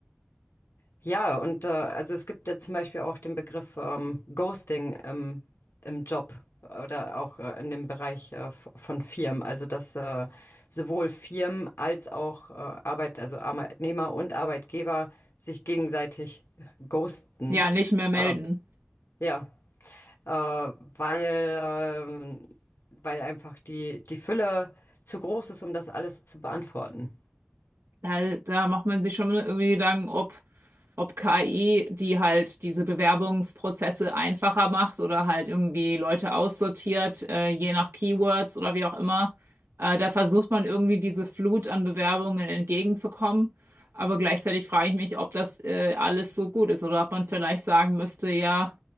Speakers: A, on the left; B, on the right.
A: Ja, und äh, also es gibt ja zum Beispiel auch den Begriff ähm, Ghosting im, im Job oder auch äh, in dem Bereich äh, f- von Firmen. Also dass äh, sowohl Firmen als auch äh, Arbeit, also Arbeitnehmer und Arbeitgeber sich gegenseitig ghosten.
B: Ja, nicht mehr melden.
A: Ähm, ja, äh, weil ähm, weil einfach die, die Fülle zu groß ist, um das alles zu beantworten.
B: Da, da macht man sich schon irgendwie Gedanken, ob ob KI, die halt diese Bewerbungsprozesse einfacher macht oder halt irgendwie Leute aussortiert, äh, je nach Keywords oder wie auch immer. Äh, da versucht man irgendwie diese Flut an Bewerbungen entgegenzukommen. Aber gleichzeitig frage ich mich, ob das äh, alles so gut ist oder ob man vielleicht sagen müsste, ja,